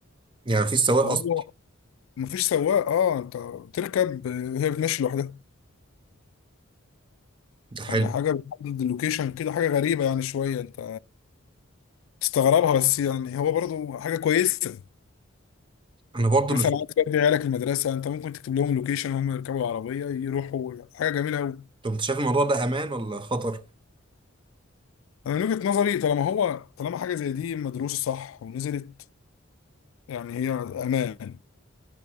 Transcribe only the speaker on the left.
هو
مفيش سواق أه أنت بتركب آه، هي بتمشي لوحدها
يعني حاجة بتحدد اللوكيشن كده حاجة غريبة يعني شوية أنت تستغربها بس يعني هو برضه حاجة كويسة يعني
مثلا
عايز تودي عيالك المدرسة انت ممكن تكتب لهم لوكيشن هم يركبوا العربية يروحوا حاجة جميلة أوي
انا من وجهة نظري طالما هو طالما حاجة زي دي مدروسة صح ونزلت يعني هي امان